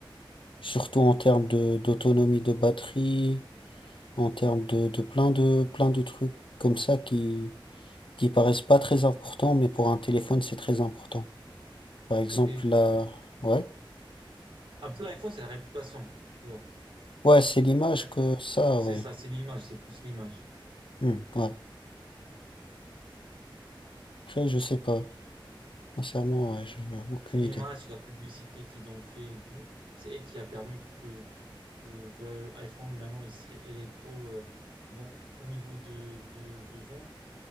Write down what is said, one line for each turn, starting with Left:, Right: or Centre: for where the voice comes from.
Left: surtout en termes de, d'autonomie de batterie, en termes de, de plein de, plein de trucs comme ça qui, qui paraissent pas très importants, mais pour un téléphone, c'est très important. Par exemple,
Right: Ok.
Left: la, ouais.
Right: Après, l'iPhone, c'est la réputation. tu vois.
Left: Ouais, c'est l'image
Right: Ouais.
Left: que ça,
Right: C'est
Left: ouais.
Right: ça, c'est l'image, c'est plus l'image.
Left: Hmm, ouais. Après, je sais pas. Sincèrement, ouais, j'ai aucune
Right: C'est l'image,
Left: idée.
Right: c'est la publicité qu'ils ont fait et tout. C'est elle qui a permis que, que, que iPhone, maintenant, il serait, il est trop, euh, bon, au niveau de, de, de vente,